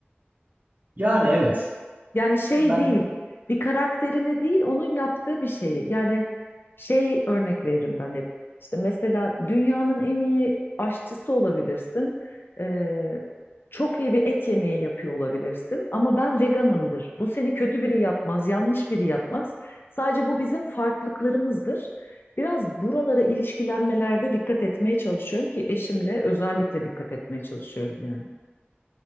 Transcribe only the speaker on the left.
Yani şey
değil, bir karakterini değil, onun yaptığı bir şeyi. Yani şey örnek veririm ben hep. İşte mesela dünyanın en iyi aşçısı olabilirsin. Ee, çok iyi bir et yemeği yapıyor olabilirsin. Ama ben veganımdır. Bu seni kötü biri yapmaz, yanlış biri yapmaz. Sadece bu bizim farklılıklarımızdır. Biraz buralara ilişkilenmelerde dikkat etmeye çalışıyorum ki eşimle özellikle dikkat etmeye çalışıyorum yani.